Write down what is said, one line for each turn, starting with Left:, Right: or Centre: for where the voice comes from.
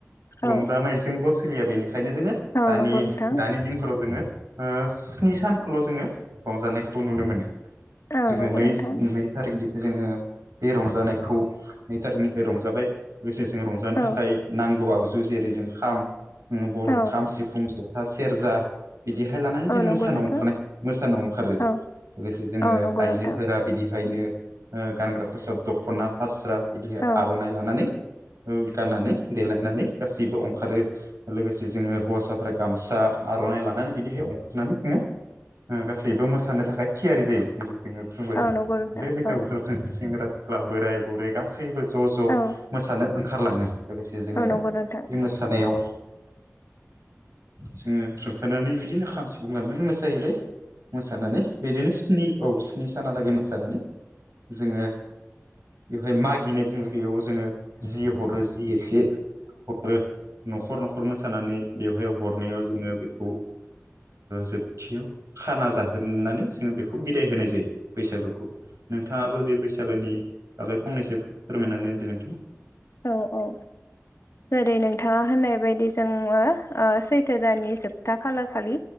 Right: रंजानायजों
Left: औ
Right: जोंल' सोलिया बेनिखायनो जोङो
Left: औ
Right: दानि
Left: नंगौ नोंथां
Right: दानि फोराव जोङो स्नि सानखौल' जोङो रंजानायखौ नुनो मोनो
Left: औ
Right: जोङो
Left: नंगौ
Right: नैजि
Left: नोंथां
Right: नै थारिखनिफ्राय जोङो बे रंजानायखौ नै थारिखनिफ्राय रंजाबाय स जों रंजानो
Left: औ
Right: थाखाय नांगौ आगजु जेरै जों खाम बर'नि
Left: औ
Right: खाम सिफुं जथा सेरजा दहाय लानानै जोंङो
Left: औ नंगौ नोंथां औ नंगौ नोंथां औ
Right: मोसानायाव ओंखारो
Left: औ नंगौ नोंथां
Right: लोगोसे
Left: औ
Right: जोङो
Left: औ नंगौ
Right: आइजोफोरा
Left: नोंथां
Right: बिदिहायनो गानग्रा खसाब दख'ना फास्रा बिदिहाय
Left: औ
Right: आर'नाइ लानानै गाननानै देलायनानै गासैबो ओंखारो लोगोसे जोङो हौवासाफोरा गामसा आरो आर'नाय लानानै बिदिहाय ओंखारनानै जोङो गासैबो मोसानो थाखाय थियारि जायो जोङो
Left: नंगौ नोंथां
Right: बे बैसागु
Left: औ
Right: बोथोराव जों सेंग्रा सिख्ला बोराय बुरै गासैबो ज' ज'
Left: औ
Right: मोसानो ओंखारलाङो लोगोसे
Left: औ
Right: जोङो
Left: औ नंगौ नोंथां
Right: बे मोसानायाव जोङो रंजानानै बिदिनो खाम सिफुं लानानै मोसाहैबाय मोसानानै बिदिनो स्नि औ स्नि सानालागै मोसानानै जोङो बेवहाय मागिनाय बुङो बेयाव जोङो जि हरो जि एसे हरो न'खर न'खर मोसानानै बेवहाय हरनायाव जोङो बेखौ जोबथियाव खाना जाहोनानै जों बेखौ बिदाय होनाय जायो बैसागोखौ नोंथाङाबो बे बैसागोनि आगाय फंनैसो फोरमायनानै दिनैथों
Left: औ औ जेरै नोंथाङा होननाय बायदि जोङो सैथो दाननि जोबथा खालार खालि